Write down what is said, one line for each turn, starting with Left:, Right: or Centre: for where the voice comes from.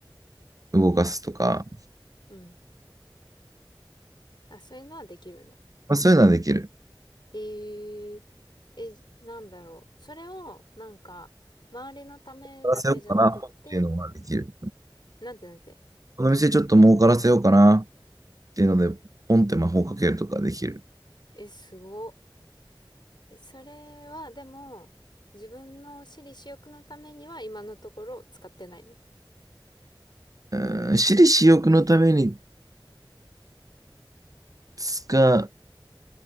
Right: 動かすとか、
Left: うん。あ、そういうのはできるんだ。
Right: まあ、そういうのはできる。
Left: えええ、なんだろう。それを、なんか、周りのためだけじゃなくって、
Right: 儲からせようかなっていうのはできる。
Left: なんてなんて。
Right: この店ちょっと儲からせようかなっていうので、ポンって魔法かけるとかできる。
Left: え、すご。えそれは、でも、自分の私利私欲のためには今のところ使ってないの。
Right: うん私利私欲のために使